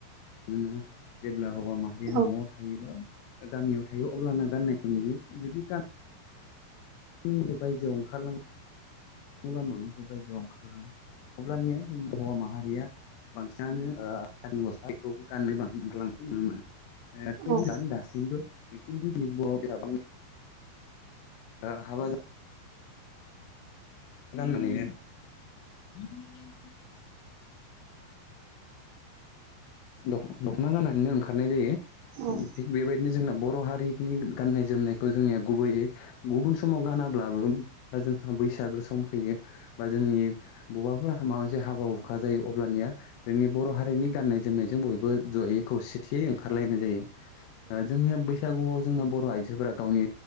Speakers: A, on the left (about 85°); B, on the right (about 70°).
A: मानोना जेब्ला हौवा माहारिया
B: औ
A: न'आव थायोबा गामियाव थायो अब्लाना गाननायखौ नुयो जुदि गा मिनिफ्राय बायजोआव ओंखारलाङोबा न'निफ्राय बायजोआव ओंखारलाङो अब्लानिया जों हौवा माहारिया बांसिनानो ओ आनि गस्ला बेखौ गाननाय बांसिन ओंखारलांनायखौ नुनो मोनो ट्रेन
B: औ
A: जानो दासिमबो खिन्थु जोंनि बर'फोराबो दा हाबा <unintelligible> दख-दख'ना गानानैनो ओंखारनाय जायो
B: औ
A: थिग बेबायदिनो जोंना बर' हारिनि गाननाय जोमनायखौ जोंनिया गुबैयै गुबुन समाव गाना ब्लाबो बा जोंहा बैसागो सम फैयो बा जोंनि बबाफोरा माबा मोनसे हाबा हुखा जायो अब्लानिया जोंनि बर' हारिनि गाननाय जोमनाय जों बयबो जयै खौसेथियै ओंखारलायनाय जायो‌‌ ओ जोंनिया बै सागुआव जोंना बर' आइजोफोरा गावनि